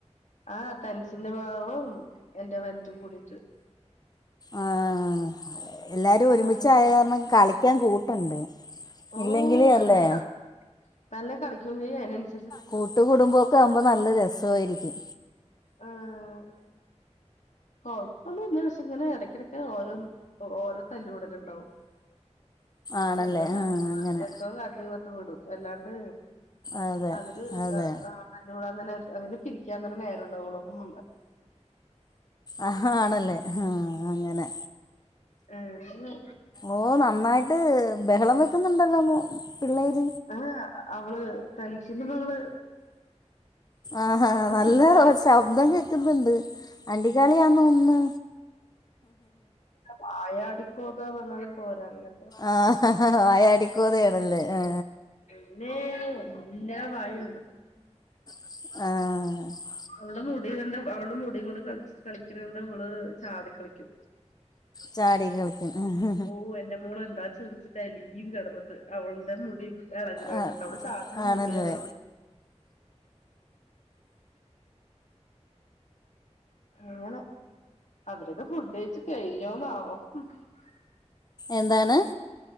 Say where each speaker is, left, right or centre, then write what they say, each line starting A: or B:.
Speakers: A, on the left; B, on the left.
A: ആഹ് തെനസിന്റെ മകളും എന്റെ വൽതും കൂടിട്ട്.
B: ആഹ് എല്ലാരും ഒരുമിച്ചായ
A: ആഹ്
B: കാരണം കളിക്കാൻ കൂട്ടുണ്ട്.
A: ഓഹ്
B: ഇല്ലെങ്കില്
A: നല്ലതാ
B: അല്ലേ
A: നല്ലം കളിക്കും ചെയ്യും അയിനനുസരി
B: കൂട്ട് കുടുംബൊക്കെയാവുമ്പോ നല്ല രസവായിരിക്കും.
A: ആഹ്. കൊഴപ്പൊന്നുല്ല പക്ഷേ ഇങ്ങനെ ഇടയ്ക്കിടക്ക് ഓരോ ഓരോ തല്ലൂടല്ണ്ടാവും. അപ്പ
B: ആണല്ലേ
A: എന്തോ
B: ആ അങ്ങനെ
A: എന്തോ കാട്ടിങ്ങട്ട് വിടും എല്ലാണ്ട്.
B: അതെ
A: അവര് എന്താ
B: അതെ
A: ആഹ് അടി കൂടാ തന്നെ അവരെ പിരിക്കാ തന്നെ നേരണ്ടാവൊള്ളൂ അപ്പം
B: ആഹ് ആണല്ലേ ആ അങ്ങനെ.
A: ഉം ന്ന്
B: ഓഹ് നന്നായിട്ട് ബഹളം വെക്കുന്നുണ്ടല്ലോ മോ പിള്ളേർ
A: ആഹ് അവള് തൻഷിന്റെ മകള്.
B: ആഹ് ഹാ
A: അവള്
B: നല്ല
A: ചെറിയ
B: ശബ്ദം കേക്കുന്നുണ്ട്. അണ്ടികാളിയാന്നൊന്ന്.
A: വായടിക്കോതാ പറഞാലും പോരാ അങ്ങനെ
B: ആഹ് ആ വായാടിക്കോതയണല്ലേ ആ
A: ഇമ്മേ എല്ലാ വായ
B: ആഹ്
A: അവളുടെ മുടി കണ്ട അവളുടെ മുടി കൊണ്ട് കളിച് കളിക്കണണ്ട ഇവള് ചാടി കളിക്കും.
B: ചാടി കളി എഹേ
A: ഓ എന്റെ മോളെന്താ ചിറിച്ചിട്ട് അലിയും കിടന്നിട്ട് അവളുടെ മുടി എളക്ണ
B: ആ
A: ണ്ട്ട്ട് അവള് ചാടുമ്പോ
B: ആണല്ലേ
A: മുടിയാണ് അങ്ങനെ അവരൊക്കെ ഫുഡ്കഴിച്ച് കഴിഞ്ഞോന്നാവോ? <inaudible>
B: എന്താണ്?